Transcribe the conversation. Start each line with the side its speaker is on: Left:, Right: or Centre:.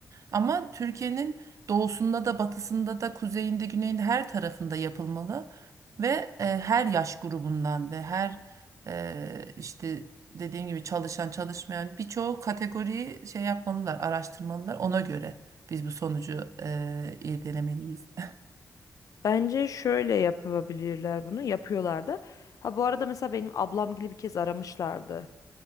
Right: Ama Türkiye'nin doğusunda da batısında da kuzeyinde güneyinde her tarafında yapılmalı ve eee, her yaş grubundan ve her eee, işte dediğin gibi çalışan çalışmayan birçok kategoriyi şey yapmalılar, araştırmalılar. Ona göre biz bu sonucu e, irdelemeliyiz. <laughs>
Left: Bence şöyle yapabilirler bunu. Yapıyorlar da. Ha bu arada mesela benim ablam gibi bir kez aramışlardı.